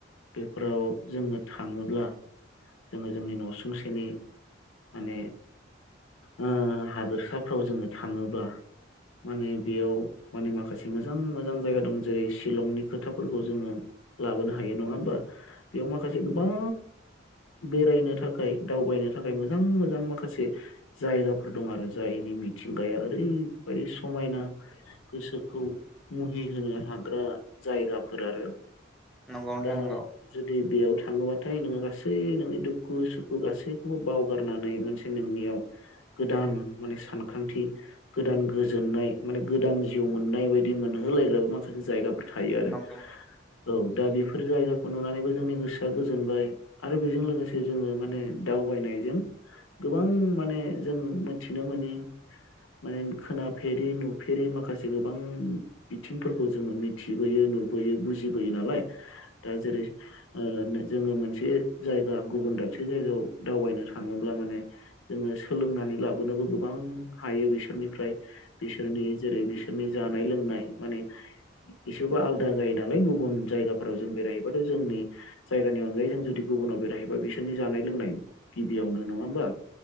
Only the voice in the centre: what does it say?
नंगौ
नंगौ नंगौ
नोंथां नंगौ नोंथां नंगौ नोंथां नंगौ नोंथां